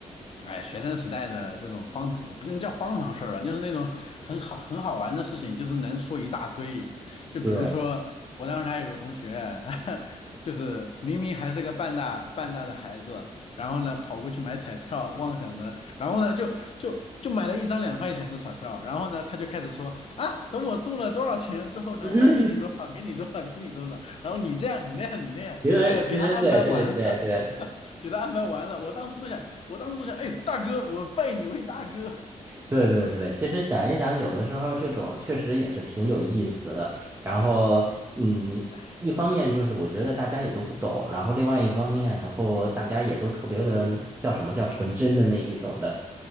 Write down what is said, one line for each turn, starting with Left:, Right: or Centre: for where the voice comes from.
Left: 哎，学生时代的这种荒唐就不能叫荒唐事儿吧，就是那种很好很好玩的事情，就是能说一大堆。就比如说，
Right: 对，<laughs>
Left: 我当时还有个同学，他 <laughs> 就是明明还是个半大半大的孩子，然后呢跑过去买彩票，妄想着，然后呢就就就买了一张两块钱的彩票，然后呢他就开始说啊，等我中了多少钱之后呢，
Right: 嗯，
Left: 我给你多少，给你多少，给你多少，然后你这样你那样你那样，
Right: 其实其实对对对对
Left: 哎呦，给他安排完了。<laughs> 给他安排完了，我当时都想，我当时就想，哎，大哥，我拜你为大哥。
Right: 对对对，其实想一想，有的时候这种确实也是挺有意思的。然后，嗯，
Left: 是生时代
Right: 一方面就是我觉得大家也都不懂，然后另外一方面，然后大家也都特别的叫什么叫纯真的那一种的。